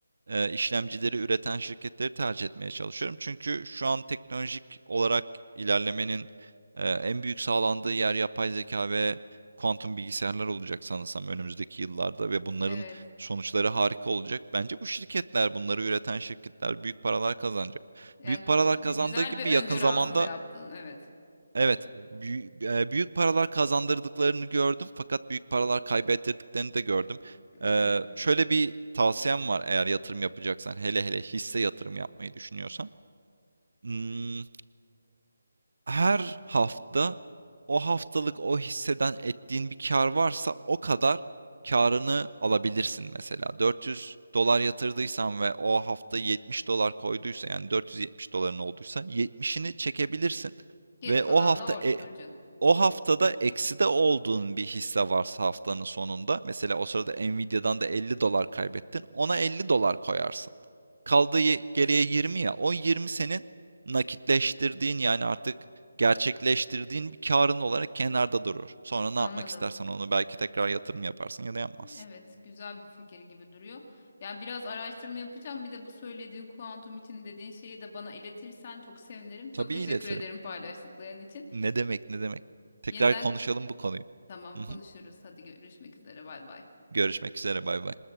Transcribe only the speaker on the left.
evet
ya
gü-
gü- güzel
bir öngörü
aslında yaptığın evet.
<laughs>
Geri
kalan
da orada
duracak
anladım.
Evet, güzel bir fikir gibi duruyor. Ya biraz araştırma yapacağım. Bir de bu söylediğin kuantum için dediğin şeyi de bana iletirsen çok sevinirim. Çok
teşekkür
ederim paylaştıkların için.
Yeniden
tamam
konuşuruz.
Hadi görüşmek üzere. Bay bay.